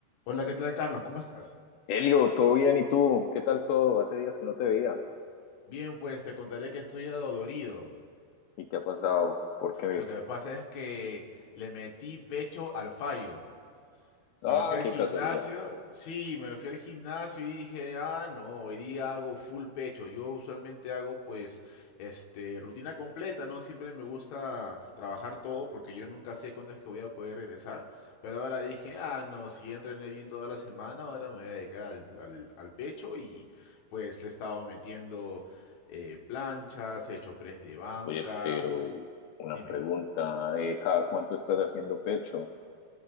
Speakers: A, on the left; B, on the left.
A: Hola, ¿qué tal, Carlos? ¿Cómo estás?
B: Elio, ¿todo bien? ¿Y tú? ¿Qué tal todo? Hace días que no te veía.
A: Bien, pues te contaré que estoy adolorido.
B: ¿Y qué ha pasado? ¿Por qué?
A: Lo que me pasa es que le metí pecho al fallo.
B: Ah,
A: Me fui al
B: qué
A: gimnasio,
B: casualidad.
A: sí, me fui al gimnasio y dije, ah, no, hoy día hago full pecho. Yo usualmente hago pues, este, rutina completa, ¿no? Siempre me gusta trabajar todo porque yo nunca sé cuándo es que voy a poder regresar. Pero ahora dije, ah, no, si ya entrené bien toda la semana, ahora me voy a dedicar al, al- al pecho y pues le he estado metiendo eh, planchas, he hecho press de banca.
B: Oye, pero una
A: Dime.
B: pregunta, eh, ¿cada cuánto estás haciendo pecho?